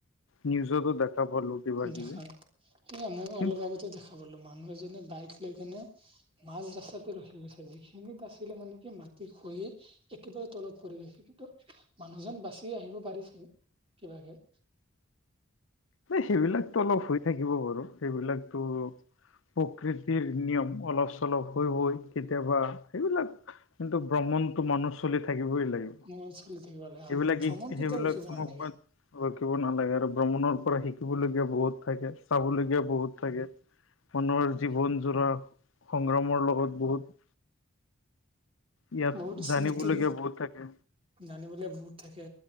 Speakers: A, on the left; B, on the right.
A: নিউজতো দেখা পালো কিবা কিবি
B: দেখাত, মই
A: কিন্তু
B: অলপ আগতে দেখা লো, মানুহে এজনিয়ে বাইক লৈ কেনে মাছ বচাতে ৰখি গৈছে, যিখিনিত আচিলে মানে কি মাটি খহি একেবাৰে তলত পৰি গৈছে কিন্তু মানুহজন বাচি আহিব পাৰিছে কিবাকে
A: সেইবিলাকতো অলপ হৈ থাকিব বাৰু, সেইবিলাকতো প্ৰকৃতিৰ নিয়ম অলপ-চলপ হৈ হৈ কেতিয়াবা, সেইবিলাক কিন্তু ভ্ৰমণতটো মানুহ চলি থাকিবই লাগে।
B: মনত চলি থাকিব লাগে
A: সেইবিলাক
B: হয় ভ্ৰমণ
A: ই,
B: কেতিয়াও
A: সেইবিলাক
B: ৰখিব
A: তোমাক
B: নালাগে
A: ৰখিব নালাগে, আৰু ভ্ৰমণৰ পৰা শিকিবলগীয়া বহুত থাকে। চাবলগীয়া বহুত থাকে, মানুহৰ
B: হয়,
A: জীৱন জোৰা সংগ্ৰামৰ লগত বহুত ইয়াত
B: বহুত
A: জানিবলগীয়া
B: স্মৃতি
A: বহুত থাকে
B: জানিবলৈ বহুত থাকে।